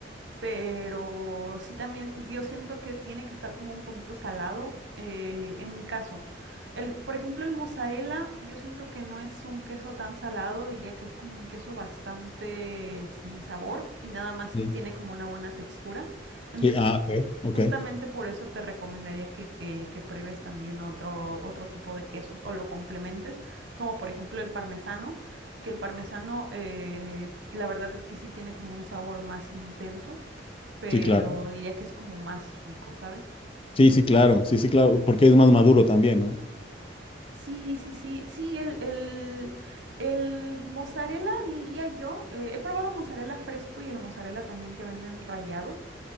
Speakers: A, on the right; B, on the left.
A: pero sí también yo siento que tiene que estar como un poquito salado eh, en mi caso. El, por ejemplo, el mozzarella, yo siento que no es un queso tan salado, diría que es como un queso bastante sin sabor y nada más
B: Sí,
A: es- tiene como una buena textura. Entonces,
B: Sí, ah, ok, ok,
A: justamente por eso te recomendaría que, que, que pruebes también otro, otro tipo de quesos o lo complementes, como por ejemplo el parmesano, que el parmesano, eh, la verdad es que sí tiene como un sabor más intenso pero
B: sí, claro.
A: diría que es como más rico, ¿sabes?
B: Sí, sí, claro, sí, sí, claro, porque es más maduro también, ¿no?
A: Sí, sí, sí, sí, el, el, el mozzarella diría yo, eh, he probado mozzarella fresco y el mozzarella también que venden rallado.